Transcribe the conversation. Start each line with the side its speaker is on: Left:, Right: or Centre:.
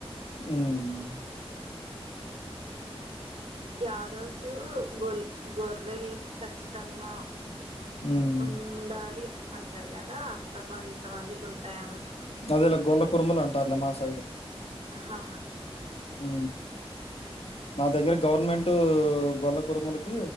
Left: ఉమ్
Right: యాదవ్సు గొల్ గొర్రెలు ఖచ్చితంగా
Left: మ్మ్.
Right: ఉ ఉండాలి అంటారు కదా అట్ల కొంతమందికి ఉంటాయన్న
Left: అదేలే గొల్ల కురుములు అంటారులే మా సైడు
Right: హా
Left: ఉ మా దగ్గర గవర్నమెంట్ గొర్ల కురుములకి